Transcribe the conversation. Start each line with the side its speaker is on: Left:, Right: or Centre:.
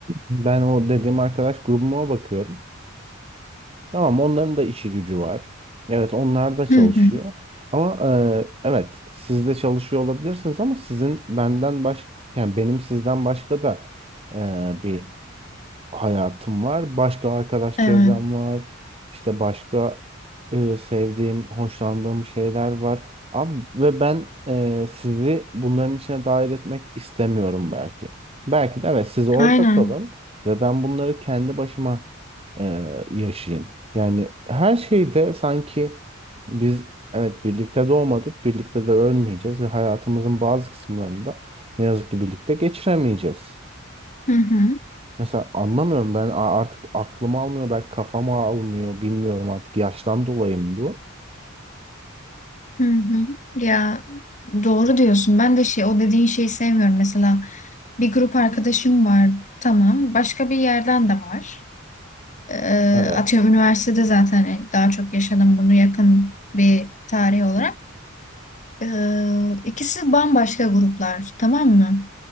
Right: ben o dediğim arkadaş grubuma bakıyorum. Tamam onların da işi gücü var. Evet onlar da çalışıyor.
Left: Hı hı.
Right: Ama e, evet siz de çalışıyor olabilirsiniz ama sizin benden baş. yani benim sizden başka da e, bir hayatım var. Başka arkadaş
Left: Evet.
Right: çevrem var. İşte başka e, sevdiğim, hoşlandığım şeyler var. Abi, ve ben e, sizi bunların içine dahil etmek istemiyorum belki. Belki de evet siz orada
Left: Aynen.
Right: kalın ve ben bunları kendi başıma e, yaşayayım. Yani her şeyde sanki biz evet birlikte doğmadık, birlikte de ölmeyeceğiz ve hayatımızın bazı kısımlarında ne yazık ki birlikte geçiremeyeceğiz.
Left: Hı hı.
Right: Mesela anlamıyorum ben a- artık aklım almıyor belki kafam almıyor bilmiyorum artık yaştan dolayı mı bu?
Left: Hı hı. Ya doğru diyorsun. Ben de şey o dediğin şeyi sevmiyorum. Mesela bir grup arkadaşım var. Tamam. Başka bir yerden de var. Ee,
Right: Evet.
Left: atıyorum üniversitede zaten yani daha çok yaşadım bunu yakın bir tarih olarak. Ee, ikisi bambaşka gruplar, tamam mı?